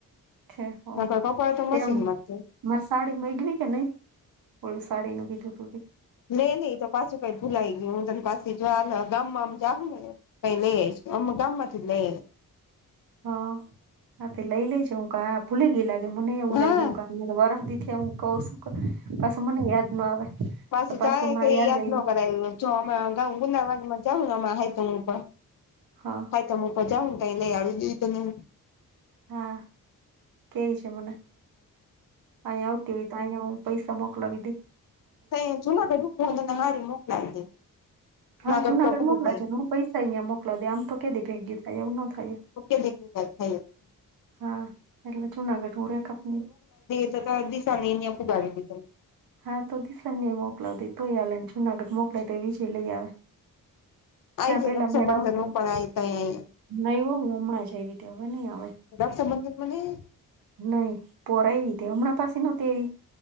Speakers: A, on the right (about 85°); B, on the left (about 65°).
A: છે ઓ
B: નકર કપડાં તો
A: તેમ
B: મશીન માં જ ધોવ
A: મારે સાડી મગવી કે નહી ઓલી સાડી નું કીધુંતુ તે
B: નઈ નહી તો પાછું કઈ ભુલાઈ ગયું હું તને પાછી જો ગામમા જાહું ને તો ત્ય લઈ આવીશ ઓમ ગામમાંથી લઇ
A: હ આ તે લઈ લેજ હું કા ભૂલી ગય લાગે મને એવું
B: હા
A: લાગુ કા વરહ દી થી કઉ છું હું પાસુ મને યાદ ના આવે
B: પાસું
A: પાછું
B: તો આ
A: હમણાં
B: કઈ યાદ
A: આવ્યું
B: ન કરાયુ જો અમે અગાઉ ગુંદાવાડી માંથી સમાં તપ <inaudible>
A: હા
B: હાતમ ઉપર જાહું તઈ લઈ આવી દઈ તને હું
A: હા કે જે મને અહીયા આવતી હોય આયા હું પૈસા મોકલા દઇ
B: તઈ જૂના તો ડને હારી મોકલાજ <inaudible> તગર
A: હા જુનાગઢ
B: ચોપ દી
A: મોકલાજે ને હું પૈસા અહીંયા મોકલાવી દે આમ તો કેદી ભેગી થાય એવું ન થાય
B: જઈ <unintelligible> હેલો.
A: હા એટલા જૂનાગઢ હું <unintelligible> ખપ
B: દિશા ની ત્યાં પુગાડી દેજો
A: હા તો દિશાને મોકલાવી દે તો ભી હાલે ને જુનાગઢ મોકલાય તો એ વિજય લઈ આવે. જ્યાં
B: આઈ જા
A: પેલા
B: રક્ષાબંધન
A: મેળ આવતો
B: ઉપર આઈ તઈ આઈ
A: નહી હો હું હમણાં જઈ ત હવે નહી આવે
B: રક્ષાબંધન માં નઈ આવ?
A: નહી પોરાઆવીતી હમણાં પાસી નતી આવી?